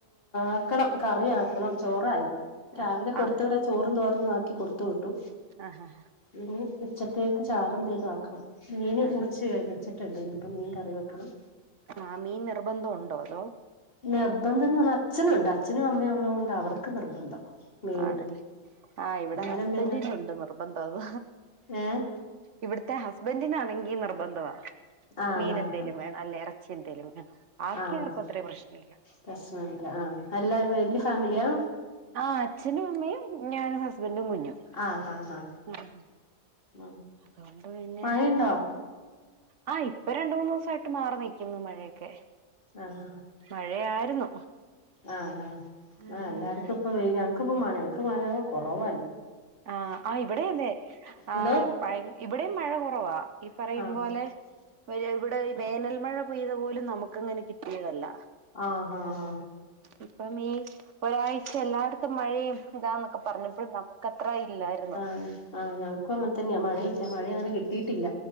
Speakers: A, on the left; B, on the right.
A: ആക്കണം കറി ആക്കണം ചോറായി രാവിലെ
B: ആഹ്
A: കൊട്ത്ത്
B: ആഹ്
A: വിട ചോറും തോരനും ആക്കി കൊടുതു വിട്ടു
B: ആഹ്
A: ഇനി ഉച്ചത്തേക്ക് ചാറെന്തേലും ആക്കണം മീന്
B: ആഹ്
A: മുറിച്ച് വെച്ചിട്ടുണ്ട് ഇനിപ്പം മീൻ കറി വെക്കണം
B: ആ മീൻ നിർബന്ധം ഉണ്ടോ അതോ
A: നിർബന്ധം എന്ന് പറഞ്ഞാൽ അച്ഛനുണ്ട് അച്ഛനും അമ്മയും ഉള്ളതുകൊണ്ട് അവർക്ക് നിർബന്ധം മീന്
B: ആണല്ലേ ആ ഇവിടെ
A: അന്നേരം
B: ഹസ്ബന്റിനുണ്ട്
A: പിന്നെ
B: നിർബന്ധം അത്
A: ഏഹ്
B: ഇവിടത്തെ ഹസ്ബൻഡിനാണെങ്കിൽ നിർബന്ധമാ
A: ആഹ്
B: മീന
A: ആഹ്
B: എന്തേലും
A: ആഹ്
B: വേണം അല്ലേ ഇറച്ചി <inaudible> ബാക്കിയാർക്കും
A: ആഹ് ഹ
B: അത്ര പ്രശ്നം ഇല്ല
A: പ്രശ്നല്ല ആ അല്ലാ വല്യ ഫാമിലിയാ
B: ആ അച്ഛനും അമ്മയും ഞാനും ഹസ്ബന്റും കുഞ്ഞും
A: ആഹ് ഹാ ഹാ
B: ആ
A: ഉ
B: അതുകൊണ്ട് പിന്നെ
A: മഴയുണ്ടോ
B: ആഹ് ഇപ്പൊ രണ്ട മൂന്ന് ദിവസയിട്ട് മാറി നിക്കുന്നു മഴയൊക്കെ
A: ആഹ് ഹാ
B: മഴയായിരുന്നു
A: ആഹ് ആാ
B: ഉം
A: ആ എല്ലായിടത്തും ഇപ്പൊ വെയിൽ ഞങ്ങക്കിപ്പോ മഴ ഞങ്ങക്ക് മഴയാ കുറവ
B: ആ ആ ഇവിടെയതെ ആ
A: എന്തോ
B: ഭയ ഇവിടെയും മഴ കുറവാ ഈ പറയും
A: ആഹ്
B: പോലെ ഇവിടെ വേനൽ മഴ പെയ്ത് പോലും നമു അങ്ങനെ കിട്ടിയതല്ല
A: ആഹ് ഹാ ആ
B: ഇപ്പം ഈ ഒരാഴ്ച എല്ലായിടത്തും മഴയും ഇതാന്നൊക്കെ പറഞ്ഞപ്പോഴും നമുക്ക് അത്ര ഇല്ലായിരുന്നു
A: ഉം ആ ന മുക്കും അങ്ങന തന്നെയാ മഴയില്ല മഴ അങ്ങനെ കിട്ടിയിട്ടില്ല